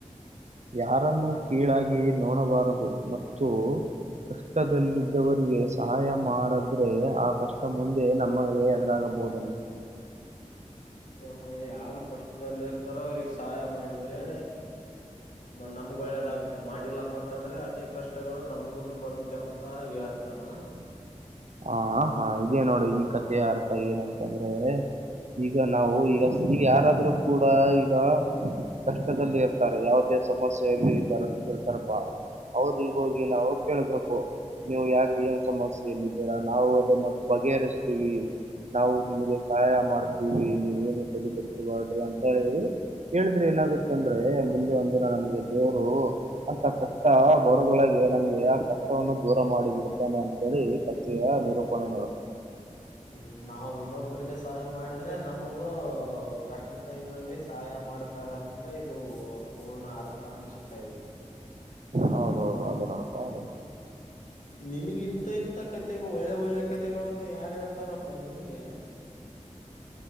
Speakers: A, on the right; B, on the left.
A: ಯಾರನ್ನು ಕೀಳಾಗಿ ನೋಡಬಾರದು ಮತ್ತು. ಕಷ್ಟದಲ್ಲಿದ್ದವರಿಗೆ ಸಹಾಯ ಮಾಡಿದ್ರೆ ಆ ಕಷ್ಟ ಮುಂದೆ ನಮಗೆ. ತಾಗಬೋುದ.
B: ಹು ಹು ಯಾರು ಕಷ್ಟದಲ್ಲಿ ಇರ್ತಾರೋ ಅವ್ರಿಗೆ ಸಹಾಯ ಮಾಡಿದ್ರೆ. ಮ ನಮ್ಮಗ ಒಳ್ಳೇದಾಗುತ್ತೆ ಮಾಡಿಲ್ಲ. ಪ್ಪ ಅಂತಂದ್ರೆ ಅದೇ ಕಷ್ಟಗಳು ನಮಗುನು ಬರುತ್ತೆ ಅಂತ ಅರ್ತಾನಾ.
A: ಹಾ ಹಾ ಹಂಗೆ ನೋಡು ಈ ಕತೆ ಯಾರಪ ಏನಂತ ಅಂದ್ರೆ. ಈಗ ನಾವು ಈಗ ಯಾರಾದ್ರರು ಕೂಡ ಈಗಾ. ಕಷ್ಟದಲ್ಲಿ ಇರ್ತಾರೆ ಯಾವುದೇ ಸಮಸ್ಯೆಯಲ್ಲಿ ದರೆದಿರ್ತಾರಪ್ಪಾ. ಅವರಿಗೆ ಹೋಗಿ ನಾವು ಕೇಳ್ಬೇಕು ನೀವು ಯಾಕೆ ಏನ್ ಸಮಸ್ಯಲ್ಲಿ. ದ್ದೀರಾ ನಾವು ಅದನ್ನ ಬಗೆಹರಿಸ್ತೀವಿ. ನಾವು ನಿಮಗೆ ಸಹಾಯ ಮಾಡ್ತೀವಿ ನೀವು ಏನು ತಲಿಕೆಡಸ್ಕೊಬಾಡ್ರಿ ಅಂತಾ ಹೇಳಿ. ಹೇಳಿದ್ರೆ ಏನಾಗುತ್ತ ಅಂದ್ರೆ ಮುಂದೆ ಒಂದಿನ ಅಲ್ಲಿದ್ದೋರೋ. ಅಂತಾ ಕಷ್ಟ ಬರೋದೊಳಗೆ ನಮಗೆ ಆ ಕಷ್ಟವನ್ನು ದೂರ ಮಾಡಿ ಬಿಡ್ತಾನೆ ಅಂತೇಳಿ. ಕತಿಯ ನಿರೂಪಣೆ ನೋಡು.
B: ಹ್ಮ್, ನಾವು ಇನ್ನೊಬ್ಬರಿಗೆ ಸಹಾಯ ಮಾಡಿದ್ರೆ ನಮಗೂ ಕಷ್ಟ ಟೈಮ್ ನಲ್ಲಿ ಸಹಾಯ ಮಾಡತಾರೆ ಅಂತ. ತ ಇದು ಪೂರ್ಣ ಅರ್ಥ ಅನ್ಸುತ್ತಾ ಇದು.
A: ಹೌದು ಹೌದು ಅದೇ ನಡಪಾ ಅದು.
B: ನಿನಗ ಇಂತ ಇಂತ ಕತೆ ಒಳ್ಳೆ ಒಳ್ಳೆ ಕತೆಗಳನ್ನು ಯಾರ ಹೇಳ್ತಾರಪ್ಪಾ ನಿನಗೆ. ಚ್ಚ್